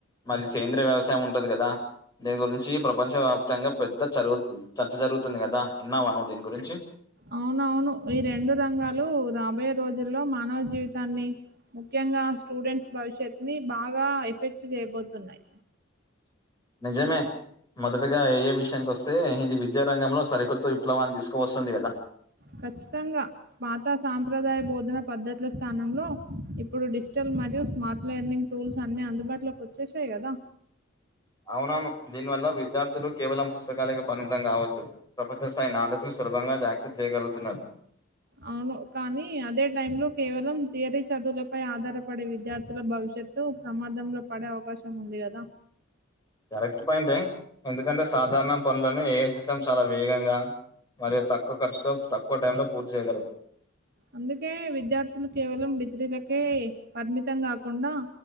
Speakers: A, on the left; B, on the right.
A: మరి సేంద్రీయ వ్యవసాయం ఉంటది గదా దీని గురించి ప్రపంచ వ్యాప్తంగా పెద్ద చరుగు చర్చ జరుగుతుంది కదా ఇన్నావా దీని గురించి
B: అవునవును ఈ రెండు రంగాలు రాబోయే రోజుల్లో మానవ జీవితాన్ని ముఖ్యంగా స్టూడెంట్స్ భవిష్యత్తు ని బాగా ఎఫెక్ట్ చే చేబోతున్నాయి
A: <inaudible> నిజమే మొదటగా ఏఐ విషయానికి వస్తే ఇది వి విద్యారంగంలో సరికొత్త విప్లవాన్ని తీసుకు వస్తుంది గదా
B: ఖచ్చితంగా పాత సాంప్రదాయ బోధన పద్ధతుల స్థానంలో ఇప్పుడు డిజిటల్ మరియు స్మార్ట్ లెర్నింగ్ టూల్స్ అన్ని అందుబాటులోకి వచ్చేసాయి గదా
A: <inaudible> అవునవును దీనివల్ల విద్యార్థులు కేవలం పుస్తకాలకే పరిమితం కావద్దు ప్రపంచ స్థాయి నాలెడ్జ్ సులభంగా యాక్సెస్ చేయగలుగుతున్నారు.
B: అవును కానీ అదే టై లో కేవలం తియరీ చదువులపై ఆధారపడే విద్యార్థుల భవి ష్యత్తు ప్రమాదంలో పడే అవకాశం ఉంది గదా
A: <inaudible> కరెక్ట్ పాయింటే ఎందుకంటే సాధారణ పనులను ఏఐ సిస్టమ్ చాలా వేగంగా మరి తక్కువ ఖర్చుతో తక్కువ టైం లో పూర్తి చేయగలదు.
B: అందుకే విద్యార్థులు కేవలం డిగ్రీలకే పరిమితం గాకుండా